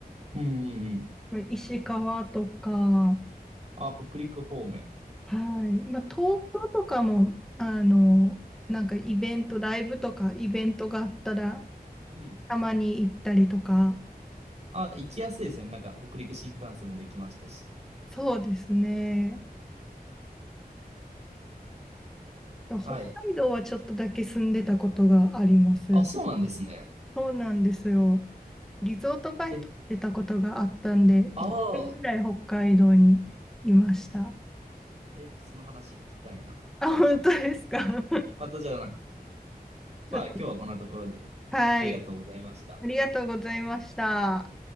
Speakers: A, on the right; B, in the centre.
A: うんうんうん。
B: まあ石川とか、
A: あ、北陸方面。
B: はい、まあ東京とかも、あの、なんかイベント、ライブとかイベントがあったら、
A: うん。
B: たまに行ったりとか、
A: あ、行きやすいですね。なんか北陸新幹線もできましたし。
B: そうですね。北海道はちょっとだけ住んでたことがあります。
A: はい。あ、そうなんですね。
B: そうなんですよ。リゾートバイトしてたことがあったんで、
A: え、あ
B: 1年ぐらい北海道にいました。
A: あ、え、その話聞きたいな。
B: あ、本当ですか
A: <laughs>
B: <laughs>
A: またじゃあな、
B: ちょっと、
A: まあ今日はこんなところでありがとうございました。
B: はい。ありがとうございました。